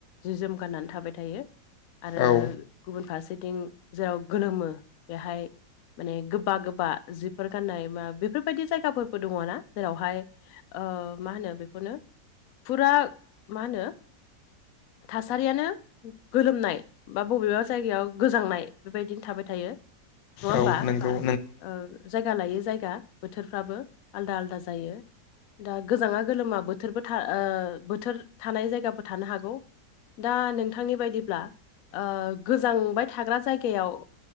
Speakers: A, on the left (about 70°); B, on the left (about 85°).
A: जि जोम गाननानै थाबाय थायो आरो
B: औ
A: गुबुन फारसेथिं जेराव गोलोमो बेहाय माने गोबा गोबा जिफोर गान्नाय मा बेफोरबायदि जायगाफोरबो दङ ना जेरावहाय ओ मा होनो बेखौनो फुरा मा होनो थासारियानो गोलोमनाय बा बबेबा जायगायाव गोजांनाय बेबायदिनो थाबाय थायो नङा होमबा
B: औ नोंगौ
A: ओ जायगा लायै जायगा बोथोरफ्राबो आलदा आलदा जायो दा गोजाङा गोलोमा बोथोरबो ओ बोथोर थानाय जायगा थानो हागौ दा नोंथांनि बायदिब्ला ओ गोजांबाय थाग्रा जायगायाव